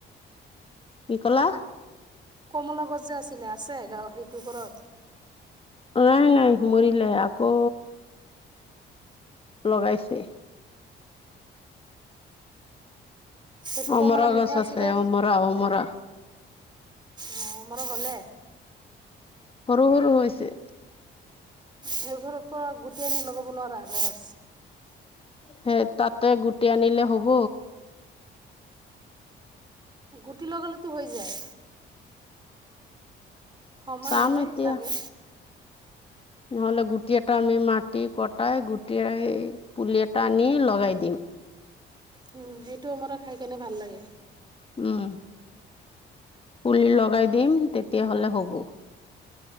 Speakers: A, on the left (about 30°); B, on the right (about 20°).
A: কি কলা
B: কমলা গছ যে আছিলে আছে গাঁও সেইটো ঘৰত
A: নাই নাই মৰিলে আকৌ লগাইছে
B: সেইটো
A: অমৰা
B: কমলা মিঠা
A: গছ
B: আছিলে
A: আছে
B: অ
A: অমৰা অমৰা
B: অ মোৰ ভালে
A: সৰু সৰু হৈছে
B: সেইঘৰৰ পৰা গুটেই আনি লগাব নোৱাৰা গছ
A: সেই তাতে গুটি আনিলে হব
B: গুটি লগালেটো হৈ যায় সময়
A: চাম
B: হয়
A: এতিয়া
B: লাগে
A: নহ'লে গুটি এটা আমি কি কটাই গুটেই সেই পুলি এটা আনি লগাই দিম
B: উ সেইটো অমৰা খাই কেনে ভাল লাগে
A: উম পুলি লগাই দিম তেতিয়াহলে হ'ব